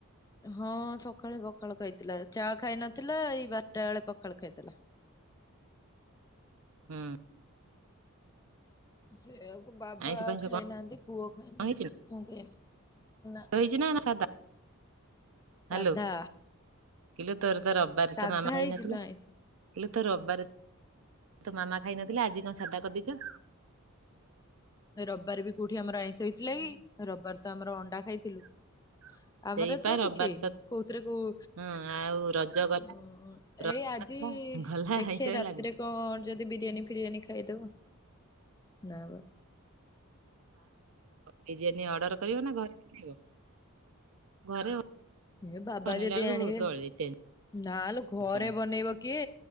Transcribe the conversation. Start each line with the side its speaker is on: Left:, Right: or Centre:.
Left: ହଁ ସକାଳେ ପଖାଳ ଖାଇଥିଲା ଚା ଖାଇନଥିଲା ଏଇ ବାରଟା ବେଳେ ପଖାଳ ଖାଇଥିଲା।
Right: ହୁଁ।
Left: ସେଆକୁ ବାବା
Right: ଆଇଁଷ ଫାଇଁଷ
Left: ଖାଇନାହାନ୍ତି ପୁଅ ଖାଏନି
Right: କଣ
Left: ମୁଁ ଖାଇନି ନା।
Right: ଜିନ ମାନ ସାଧା।
Left: ସାଧା
Right: ହାଲୋ କିଲୋ ତୋର ତ ରବିବାର
Left: ସାଧା
Right: ତ ମାମା ହେଇନଥିଲା।
Left: ହେଇଛି ଲୋ ଆଇଁଷ।
Right: ଇଲୋ ତୋ ରବିବାର ତୋ ମାମା ଖାଇନଥିଲେ ଆଜି କଣ ସାଦା କରିଦେଇଛ?
Left: ରବିବାର ବି କୋଉଠି ଆମର ଆଇଁଷ ହେଇଥିଲା କି ରବିବାର ତ ଆମର ଅଣ୍ଡା ଖାଇଥିଲୁ।
Right: <inaudible>
Left: ଆମର ଏଥର କିଛି
Right: ରବିବାରେ
Left: ହେଇନି
Right: ତ
Left: କୋଉଥିରେ କୋଉ
Right: ହଁ ଆଉ ରଜ ଗଲା
Left: ହଁ।
Right: ରଜ
Left: ଏଇ ଆଜି
Right: ଗଲା ଗଲା
Left: ଦେଖିଆ
Right: ଆଇଁଷ ହେଲାନି।
Left: ରାତିରେ କଣ ଯଦି ବିରିୟାନୀ ଫିରିୟାନୀ ଖାଇଦବ ନା ବା।
Right: ବିରିୟାନୀ ଅର୍ଡର କରିବ ନା ଘରେ ଘରେ
Left: ଏ ବାବା
Right: ବନେଇଲାବଳକୁ
Left: ଯଦି ଆଣିବେ
Right: ବହୁତ <unintelligible>
Left: ନାଲୋ ଘରେ
Right: ଟେନସନ
Left: ବନେଇବ କିଏ?